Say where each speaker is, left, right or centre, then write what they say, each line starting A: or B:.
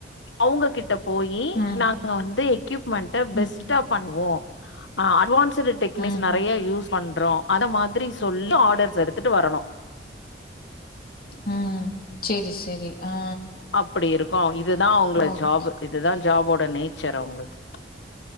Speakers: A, on the left; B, on the left.
A: அவுங்க கிட் ட போய்யி
B: ம்,
A: நா அ வந்தி எக்யூப்மெண்ட்ட பெஸ்ட்டா
B: ம்,
A: பண்வோம் ஆ அட்வான்ஸ் த்ரு டெக்னிக்ஸ்
B: ம்,
A: நெறையா யூஸ் பண்றோ அத மாதிரி சொல்லி ஆர்டர் எடுத்துட்டு வரணும்
B: ம் செரி செரி ஆ
A: ப்படி இருக்கும் இதுதாற் அவுங்கள
B: ஓகே.
A: ஜாப்பு இதுதான் ஜாபோட நேச்சர் அவுங்களுது